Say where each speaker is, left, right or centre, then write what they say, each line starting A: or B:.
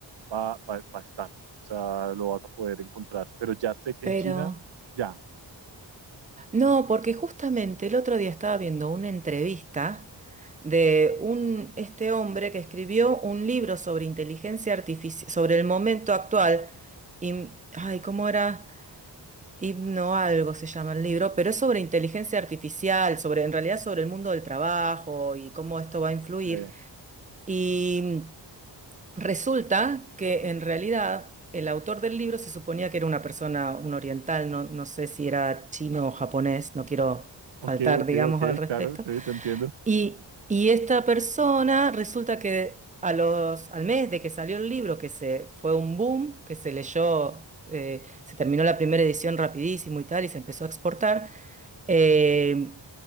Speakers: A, on the right; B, on the right.
A: va, va- va a estar, o sea, lo vas a poder encontrar. Pero ya sé que
B: Pero,
A: en China, ya.
B: No, porque justamente el otro día estaba viendo una entrevista de un, este hombre que escribió un libro sobre inteligencia artificial, sobre el momento actual. Y, ay, ¿cómo era? Himno algo se llama el libro, pero es sobre inteligencia artificial, sobre, en realidad sobre el mundo del trabajo y cómo esto va a influir.
A: eh,
B: Y Resulta que en realidad el autor del libro se suponía que era una persona, un oriental, no, no sé si era chino o japonés, no quiero
A: ok,
B: faltar,
A: ok,
B: digamos,
A: ok,
B: al respecto.
A: claro, sí, te entiendo.
B: Y, y esta persona resulta que a los, al mes de que salió el libro, que se fue un boom, que se leyó, eh, se terminó la primera edición rapidísimo y tal, y se empezó a exportar, eh,